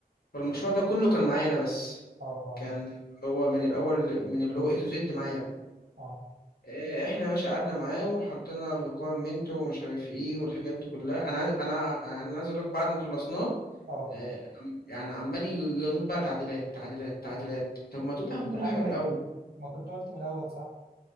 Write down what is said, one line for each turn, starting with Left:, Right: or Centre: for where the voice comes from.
Left: فالمشروع ده كله كان معايا أنا بس
Right: اه اه
Left: كان هو من الأول من اللي هو A to Z معايا أنا.
Right: اه
Left: إيه، احنا يا باشا قعدنا معاه وحطينا ريكويرمنت ومش عارف ايه والحاجات دي كلها انا عايز انا يعني انا عايز اقول لك بعد ما خلصناه
Right: اه
Left: آه، عم- يعني عمال ي- يدوب بقى تعديلات تعديلات تعديلات طب ما تقول يا عم
Right: آه،
Left: كل
Right: دي حاجة
Left: حاجه
Right: رخمة
Left: من الاول
Right: ما كنت قلت من الأول صح